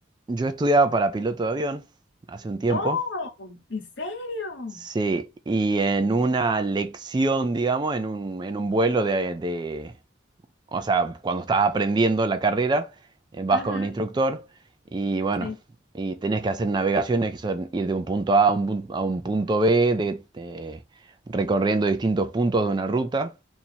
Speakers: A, on the right; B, on the left.
A: yo estudiaba para piloto de avión hace un tiempo.
B: Oh, ¿en serio?
A: Sí, y en una lección, digamos, en un, en un vuelo de, de, o sea, cuando estás aprendiendo la carrera, eh, vas
B: Ujú,
A: con un instructor y bueno,
B: sí.
A: y tenés que hacer navegaciones, que son ir de un punto A a un, pun- a un punto B, de, de- recorriendo distintos puntos de una ruta